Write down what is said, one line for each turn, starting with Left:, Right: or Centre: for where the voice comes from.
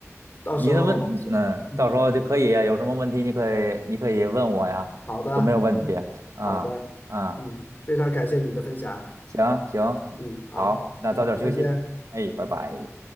Left: 到时候是，
Right: 你的问，嗯，
Left: 嗯，
Right: 到时候就可以啊有什么问题你可以你可以问我呀，
Left: 好的，
Right: 都没有问题啊啊。
Left: 好的，嗯，非常感谢你的分享，
Right: 行行，
Left: 嗯，好，
Right: 好，那早点休息，
Left: 嗯，再见。
Right: 哎，拜拜。